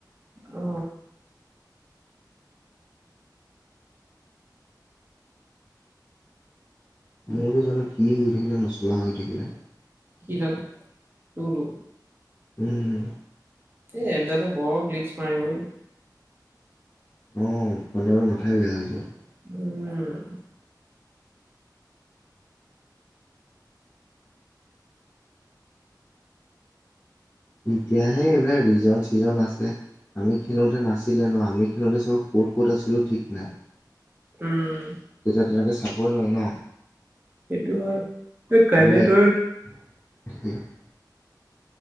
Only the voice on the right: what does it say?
অ।
কি হ'ল তোৰটো?
এই এপ দালে বোৰ গ্লিছ মাৰে ঐ।
<unintelligible>
উম।
সেইটো হয় কাইলৈ
তই